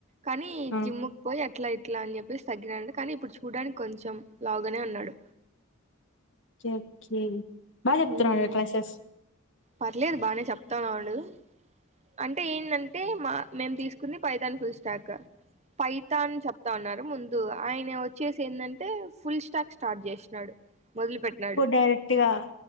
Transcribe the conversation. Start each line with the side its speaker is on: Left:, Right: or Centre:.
Right: కానీ
Left: ఆ
Right: జిమ్కు పోయి అట్లై ఇట్లా అని చెప్పేసి తగ్గినడు కానీ ఇప్పుడు చూడడానికి కొంచం లావుగానే ఉన్నాడు
Left: ఓక కే బా చెప్తున్నార
Right: ఉమ్
Left: క్లాసేస్
Right: పర్లేదు బానే చెప్తాన్నాడు అంటే ఏంటంటే మా మేము తీసుకుంది పైథాన్ ఫుల్ స్టాక్ పైతాన్ చెప్తా ఉన్నా ముందు ఆయన వచ్చేసి ఎందంటే ఫుల్ స్టాక్ స్టార్ట్ చేసినాడు మొదలు పెట్టినాడు
Left: ఇపుడు డైరెక్ట్గా